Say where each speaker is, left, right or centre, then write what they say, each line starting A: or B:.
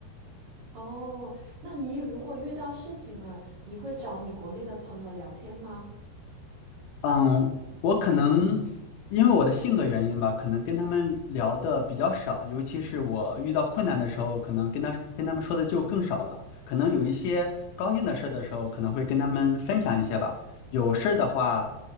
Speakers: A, on the right; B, on the left.
A: 哦，那你如果遇到事情了，你会找你国内的朋友聊天吗？
B: 嗯，我可能因为我的性格原因吧，可能跟他们聊的比较少，尤其是我遇到困难的时候，可能跟他跟他们说的就更少了。可能有一些高兴的事的时候，可能会跟他们分享一些吧。有事儿的话，